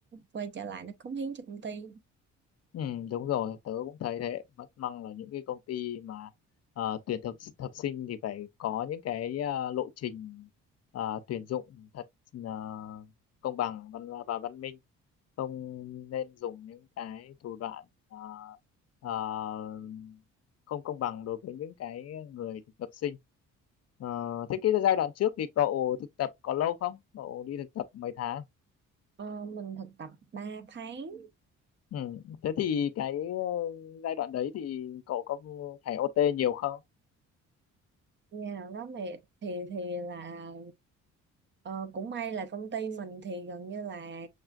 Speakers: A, on the right; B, on the left.
A: quay trở lại nó cống hiến cho công ty
B: Ừ, đúng rồi, tớ cũng thấy thế. Mất măng là những cái công ty mà ờ, tuyển thực thực sinh thì phải có những cái ờ, lộ trình ờ, tuyển dụng thật ờ, công bằng văn và văn minh, không nên dùng những cái thủ đoạn ờ, ờ, không công bằng đối với những cái người thực tập sinh. Ờ, thế cái giai đoạn trước thì cậu thực tập có lâu không? Cậu đi thực tập mấy tháng?
A: Ờ, mình thực tập 3 tháng
B: Ừ. Thế thì cái ờ, giai đoạn đấy thì cậu có phải OT nhiều không?
A: nghe nào đó thì thì thì là ờ, cũng may là công ty mình thì gần như là